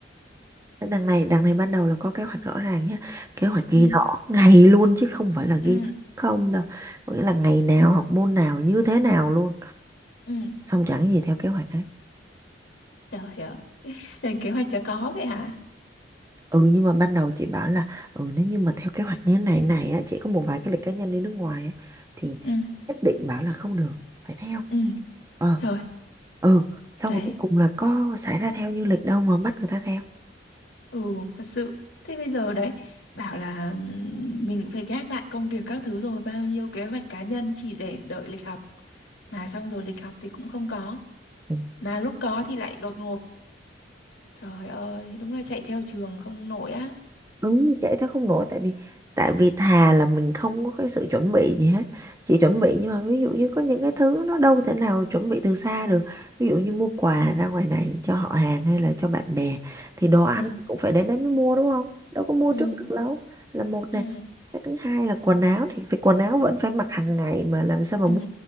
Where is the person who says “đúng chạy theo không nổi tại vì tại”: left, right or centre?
Right